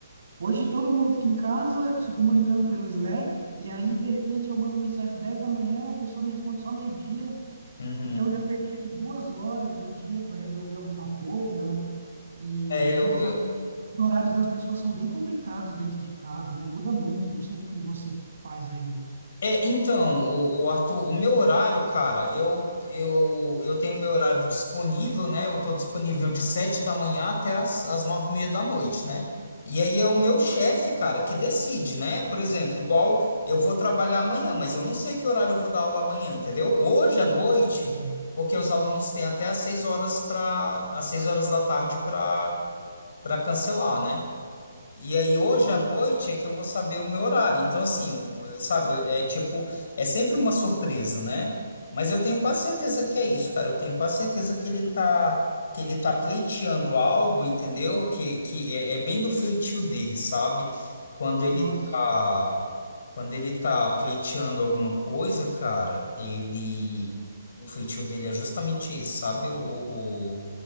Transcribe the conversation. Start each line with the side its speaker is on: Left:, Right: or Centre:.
Right: hoje todo mundo fica em casa se comunicando pelo Slack, e aí, de repente, eu mando mensagem 10 da manhã, a pessoa me responde só meio-dia,
Left: uhum.
Right: Então, eu já perdi ali duas horas do dia para resolver alguma coisa, né? E
Left: É,
Right: a gente
Left: eu,
Right: sabe
Left: eu-
Right: que os horários das pessoas são bem complicados dentro de casa, né? Muda muito. Não sei como você faz aí.
Left: É, então, o, o Arthur, o meu horário, cara, eu, eu, eu tenho meu horário disponível, né? Eu tô disponível de sete da manhã até as, as nove e meia da noite, né? E aí é o meu chefe, cara, que decide, né? Por exemplo, igual eu vou trabalhar amanhã, mas eu não sei que horário eu vou dar aula amanhã, entendeu? Hoje à noite,
Right: Entendi.
Left: porque os alunos têm até às seis horas para às seis horas da tarde para para cancelar, né? E aí hoje
Right: Entende?
Left: à noite é que eu vou saber o meu horário. Então, assim, o- sabe, é tipo, é sempre uma surpresa, né? Mas eu tenho quase certeza que é isso, cara. Eu tenho quase certeza que ele tá, que ele tá pleiteando algo, entendeu? Que, que é, é bem do feitio dele, sabe? Quando ele
Right: Nossa,
Left: tá, quando ele tá pleiteando alguma coisa, cara, ele, o feitio dele é justamente esse, sabe? O, o,